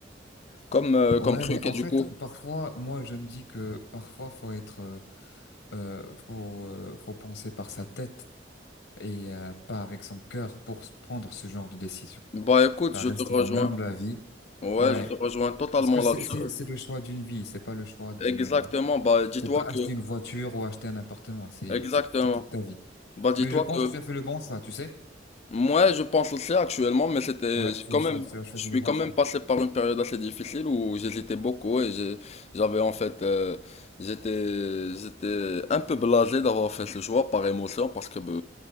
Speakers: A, on the left; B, on the left.
A: comme, euh,
B: Ouais,
A: comme truc,
B: mais en
A: et du
B: fait,
A: coup.
B: parfois, moi, je me dis que parfois, faut être, euh, euh, faut, euh, faut penser par sa tête et euh, pas avec son cœur pour s- prendre ce genre de décision.
A: Bah, écoute,
B: Ça
A: je
B: reste
A: te rejoins.
B: mon humble avis.
A: Ouais,
B: Ouais,
A: je te rejoins totalement
B: parce que c'est,
A: là-dessus.
B: c'est, c'est le choix d'une vie, c'est pas le choix d'une,
A: Exactement,
B: euh,
A: bah dis-toi
B: c'est pas acheter
A: que
B: une voiture ou acheter un appartement, c'est,
A: exactement.
B: c'est, c'est toute ta vie.
A: Bah dis-toi
B: Mais je pense
A: que
B: que tu as fait le bon choix, tu sais?
A: moi je pense aussi actuellement, mais c'était
B: Ouais,
A: j'ai
B: tu
A: quand
B: as choisi,
A: même
B: tu as choisi
A: je suis
B: le bon
A: quand même
B: choix.
A: passé par une période assez difficile où j'hésitais beaucoup et j'ai j'avais en fait euh, j'étais j'étais un peu blasé d'avoir fait ce choix par émotion parce que bah,